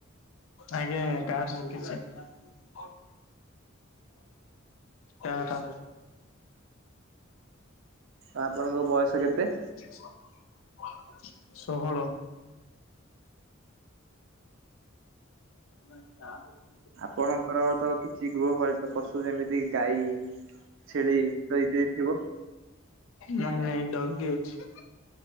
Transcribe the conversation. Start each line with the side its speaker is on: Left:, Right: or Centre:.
Left: ଆଜ୍ଞା ଆଜ୍ଞା କାର ଶିଖିଛି। ଆଲାମ କାହାର?
Right: ଆପଣଙ୍କ ବୟସ କେତେ?
Left: ଜ ସ କଣ କରୁଚୁ? ଷୋହଳ। ମୁଁ କହିଲି ତାସ।
Right: ଆପଣଙ୍କର ତ କିଛି ଗୃହପର୍ଟକ ପଶୁ ଯେମିତି ଗାଈ ଛେଳି ର ଇତ୍ୟାଦି ଥିବ?
Left: ନାଇଁ ନାଇଁ ଡଗି ଅଛି।